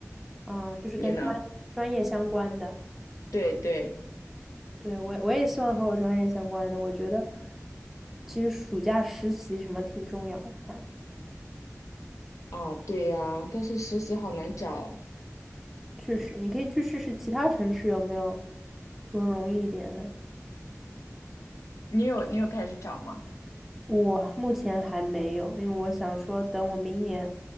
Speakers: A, in the centre; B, on the left.
A: 啊，就是跟专专业相关的。
B: 你呢？对对。
A: 对，我我也希望和我专业相关的。我觉得其实暑假实习什么挺重要的，还
B: 啊，对呀，但是实习好难找。
A: 确实，你可以去试试其他城市有没有说容易一点的。
B: 你有你有开始找吗？
A: 我目前还没有，因为我想说等我明年